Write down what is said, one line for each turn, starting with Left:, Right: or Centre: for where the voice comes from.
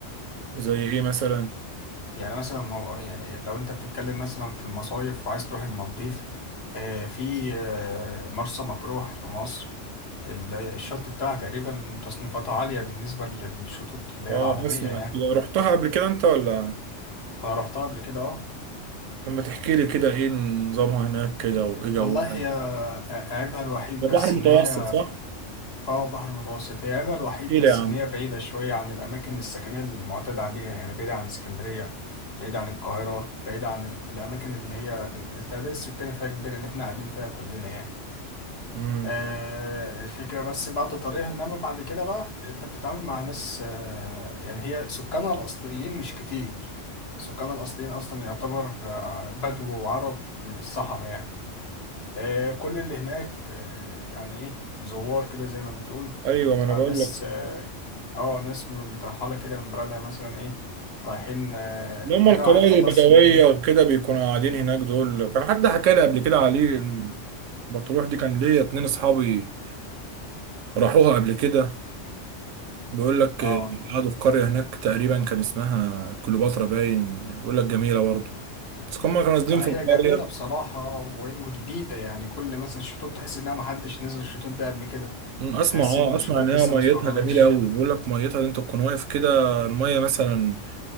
Right: زي إيه مثلا
Left: يعني مثلا ما- يعني لو انت بتتكلم مثلا في المصايف وعايز تروح المالديف آه، في آه، مرسى مطروح في مصر ال- الشط بتاعها تقريبا تصنيفاتها عالية بالنسبة للشطوط اللي
Right: أه
Left: هي العالمية
Right: أسمع
Left: يعني
Right: كده رحتها قبل كده أنت ولا
Left: انا رحتها قبل كده اه
Right: لما تحكي لي كده إيه نظامها هناك كده وإيه جوها
Left: والله هي عيبها الوحيد
Right: ده
Left: بس
Right: بحر متوسط
Left: ان هي
Right: صح؟
Left: اه بحر متوسط هي عيبها الوحيد
Right: احكي
Left: بس
Right: لي يا عم
Left: ان هي بعيدة شوية عن الاماكن السكنية اللي المعتاد عليها يعني بعيدة عن اسكندرية بعيدة عن القاهرة بعيدة عن ال- الاماكن اللي هي التعداد السكاني فيها كبير اللي احنا قاعدين فيها كلنا يعني
Right: مم.
Left: آه الفكرة بس بعد طريقها انما بعد كده بقى انت بتتعامل مع ناس آه يعني هي سكانها الاصليين مش كتير سكانها الاصليين اصلا يعتبر آه، بدو وعرب من الصحراء يعني آه، كل اللي هناك آه، يعني ايه زوار كده زي ما بتقول
Right: ايوه ما انا
Left: آه،
Right: بقول
Left: ناس
Right: لك
Left: اه آه، ناس مترحلة كده من بلدها مثلا ايه رايحين آه،
Right: اللي هم
Left: يعني
Right: القبائل
Left: واحد خلص
Right: البدويه
Left: مدة-
Right: وكده بيكونوا قاعدين هناك دول كان حد حكى لي قبل كده عليه الم- بتروح دي كان ليا اتنين اصحابي راحوها قبل كده بيقول لك
Left: اه
Right: قعدوا في قرية هناك تقريبا كان اسمها كليوباترا باين بيقول لك جميلة برضه بس هما كانوا نازلين
Left: لا
Right: في
Left: هي
Right: القرية
Left: جميلة بصراحة و- وجديدة يعني كل مثلا الشطوط تحس انها محدش نزل الشطوط ده قبل كده
Right: أمم، اسمع
Left: او تحس
Right: اه
Left: ان
Right: اسمع
Left: الشطوط
Right: ان
Left: لسه
Right: هي ميتها
Left: ما استخدمتش
Right: جميلة قوي بيقول لك ميتها دي انت تكون واقف كده المية مثلا